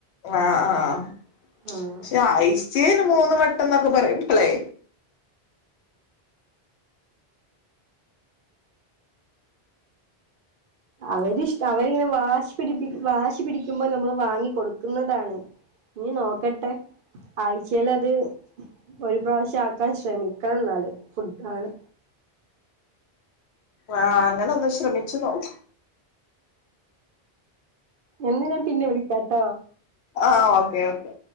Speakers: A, on the left; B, on the right.
A: ആ ആ പക്ഷെ
B: ആഹ്
A: ആഴ്ച്ചേല് മൂന്ന് വട്ടം എന്നൊക്കെ പറയുമ്പളേ...
B: അവന്റിഷ്ടം അവനിങ്ങനെ വാശി പിടിപി വാശി പിടിക്കുമ്പോൾ നമ്മൾ വാങ്ങി കൊടുക്കുന്നതാണ് ഇനി നോക്കട്ടെ ആഴ്ചേൽ അത് ഒരു പ്രാവശ്യം ആക്കാൻ ശ്രമിക്കണം എന്നാല് ഫുഡ് ആണ്
A: ആ അങ്ങനെ ഒന്ന് ശ്രമിച്ചു നോക്ക്
B: എന്ന ഞാൻ പിന്നെ വിളിക്കാട്ടോ
A: ആ ഓക്കെ ഓക്കെ